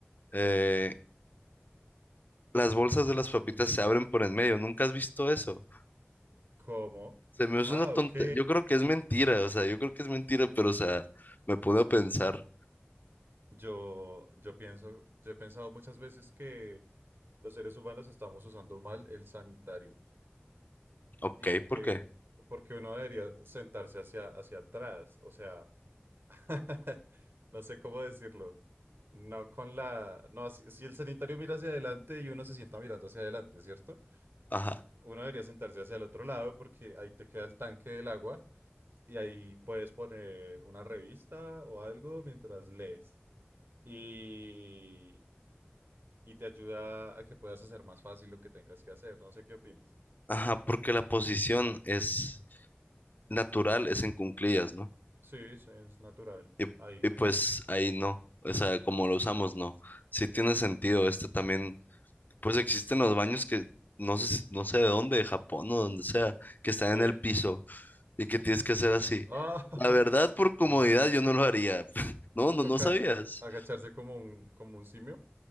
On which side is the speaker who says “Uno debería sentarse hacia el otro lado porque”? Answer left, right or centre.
Right